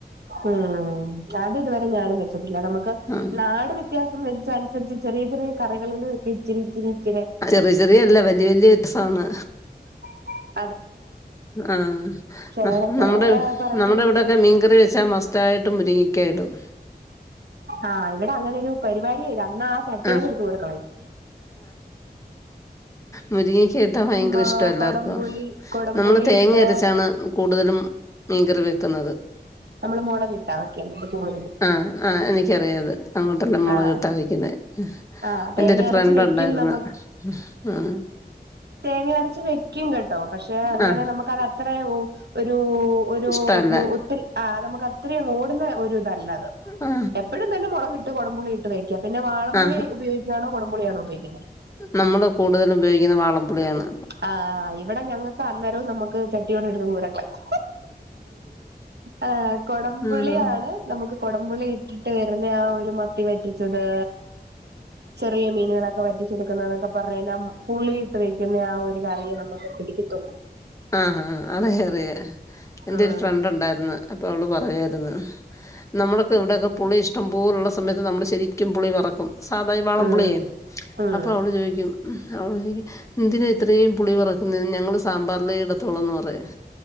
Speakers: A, on the right; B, on the left.
A: ഉം അത് ഇതുവരെ ഞാനും വെച്ചിട്ടില്ല നമുക്ക്
B: ആ
A: നാട് വ്യ ത്യാസം വെച്ചനുസരിച്ച് ചെറിയ ചെറിയ കറികളിലും ഇച്ചിരി ഇച്ചിരി ഇച്ചിരിയെ
B: ചെറിയ ചെറിയല്ല വലിയ വലിയ എക്സാമ്
A: <unintelligible>
B: ആഹ്
A: ചിലരൊക്കെ
B: നമ്മുടെ
A: പറയുമ്പോ
B: നമ്മുടെ
A: നമുക്ക്
B: ഇവിടൊ ക്കെ മീൻകറി വെച്ചാ മസ് തായിട്ട് മുരിങ്ങക്ക ഇടും
A: ആഹ് ഇവിടെ അങ്ങനൊരു പരിപാടിയേ ഇല്ല അന്ന് ആഹ് ചട്ടിയോട്
B: ആ
A: എടുത്ത് ദൂരെ കളയും
B: മുരിങ്ങക്കയിട്ടാ ഭയങ്കര
A: മ
B: ഇഷ്ടാ എല്ലാർക്കും
A: കൊടംപുളി കൊടംപുളി
B: നമ്മള് തേങ്ങ
A: ഇട്ട്
B: അരച്ചാണ് കൂടുതലും മീങ്കറി വെക്കുന്നത്
A: നമ്മള് മൊള കിട്ടാവെക്കെണ്ടത് കൂടുതലും
B: ആഹ് ആഹ് എനിക്കറിയാ അത് അങ്ങോട്ടെല്ലാം മൊളക്
A: ആഹ്
B: ഇട്ടാ വെക്കുന്നെ
A: ആഹ് തേങ്ങ
B: എന്റൊരു
A: അരച്ച്
B: ഫ്രണ്ട്
A: വെക്കും
B: ഒണ്ടാര്ന്ന്
A: നമ്മ
B: ഉം
A: തേങ്ങ അരച്ച് വെക്കും കേട്ടോ പക്ഷെ അങ്ങനെ
B: ആ
A: നമുക്ക് അത് അത്ര ഒരൂ ഒരൂ
B: ഇഷ്ടല്ല
A: ഒത്തിരി ആഹ് നമുക്ക് അത്രയും ഓടുന്ന ഒരു ഇതല്ല അത്
B: ആ
A: എപ്പൊഴും തന്ന മൊളകി ട്ട് കൊടമ്പുളിയിട്ട് വെക്കും പിന്നെ വാളം
B: ആ
A: പുളിഉപയോഗിക്കയാണോ കൊടപുളിയാണോ ഉപയോഗിക്കുന്നെ
B: നമ്മള് കൂടുതല് ഉപയോഗിക്കുന്ന വാളംപുളിയാണ്.
A: ആഹ് ഇവിടെ ഞങ്ങൾക്ക് അന്നേരോം നമു ക്ക് ചട്ടിയോടെ എടുത്ത് ദൂരെക്ക ളയും ആഹ് കൊടംപുളിയാണ്
B: ഉം
A: നമുക്ക് കൊടപുളി ഇട്ടിട്ട് വരുന്നെ ആഹ് ഒരു മത്തി വറ്റിച്ചത് ചെറിയ മീനുകളക്കെവ റ്റിച്ചെടുക്കുന്നതൊക്കെ പറയണം പുളി ഇട്ട് വെക്കു ന്ന ആഹ് ഒരു കറിയെ നമുക്ക് പിടിക്കത്തൊള്ളൂ
B: ആഹ് ആഹ് അതെ അതെ എന്റെ
A: ആഹ്
B: ഒരു ഫ്രണ്ട് ഒണ്ടാരുന്ന് അപ്പൊ അവള് പറയാരുന്ന് നമ്മളൊക്കെ ഇവിടൊക്കെ പുളി ഇഷ്ടം പോലുള്ള സമയത്ത് നമ്മള് ശെരിക്കും പുളി പറക്കും സാദായി വാളംപുളിയെ
A: ആഹ് ആഹ്
B: അപ്പൊ അവള് ചോദിക്കും അവള് ചോദിക്കും എന്തിനാ ഇത്രയും പുളി പറക്കുന്നെ ഞങ്ങൾ സാമ്പാറിലെ ഇടത്തോളന്ന് പറയും